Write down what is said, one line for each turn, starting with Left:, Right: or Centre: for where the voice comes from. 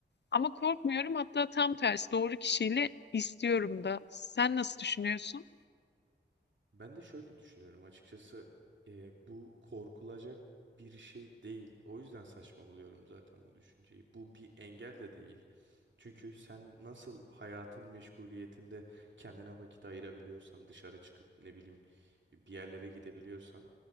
Left: Ama korkmuyorum hatta tam tersi doğru kişiyle istiyorum da. Sen nasıl düşünüyorsun?
Right: Ben de şöyle düşünüyorum açıkçası e, bu korkulacak bir şey değil. O yüzden saçma buluyorum zaten bu düşünceyi. Bu bir engel de değil. Çünkü sen nasıl hayatın meşguliyetinde kendine vakit ayırabiliyorsan, dışarı çıkıp ne bileyim bir yerlere gidebiliyorsan,